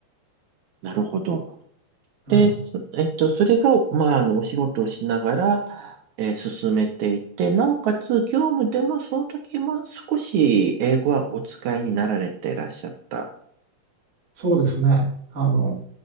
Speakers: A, on the right; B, on the right.
A: なるほど。
B: はい、
A: で、そえっと、それが、まあ、あの、お仕事をしながら、えー進めていて、なおかつ、業務でも、その時も少し英語はお使いになられていらっしゃった、
B: そうですね。あの、